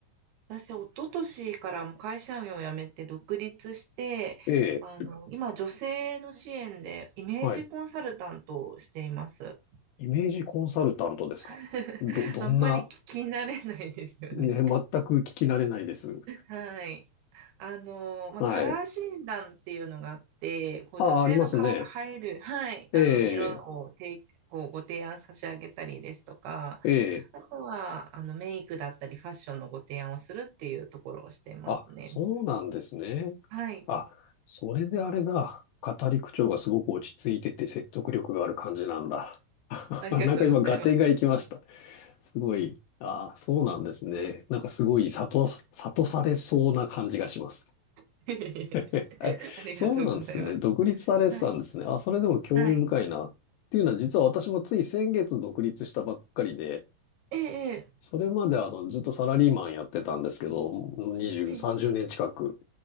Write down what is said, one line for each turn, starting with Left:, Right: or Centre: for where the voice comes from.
Right: 私、一昨年からもう会社員を辞めて独立して、
Left: うええ、
Right: あの、今、女性の支援でイメージコンサルタントをしています。
Left: はい。イメージコンサルタントですかど、
Right: <laughs>
Left: どんな、
Right: あんまり聞き慣れないですよね。
Left: ね、全く聞き慣れないです。
Right: はい。あの、まあ、
Left: はい。
Right: カラー診断っていうのがあって、こう女性の顔が映える、
Left: あ、ありますね。
Right: はい、あの、
Left: ええ、
Right: 色を提こうご提案差し上げたりですとか、
Left: ええ。
Right: あとは、あの、メイクだったりファッションのご提案をするっていうところをしてますね。
Left: あ、そうなんですね。
Right: はい。
Left: あ、それであれだ。語り口調がすごく落ち着いてて説得力がある感じなんだ。<laughs>
Right: ありがとうございます。
Left: なんか今、合点がいきました。すごい。ああ、そうなんですね。なんかすごい、悟、悟されそうな感じがします。
Right: <laughs>
Left: <laughs> えそうなんですね。
Right: ありがとうございます。
Left: 独立されてたんですね。
Right: はい。
Left: あ、それでも興味深いな。
Right: はい。
Left: っていうのは、実は私もつい先月独立したばっかりで、
Right: ええ、
Left: それまであの、ずっとサラリーマンやってたんですけど、20、
Right: ええ、
Left: 30年近く。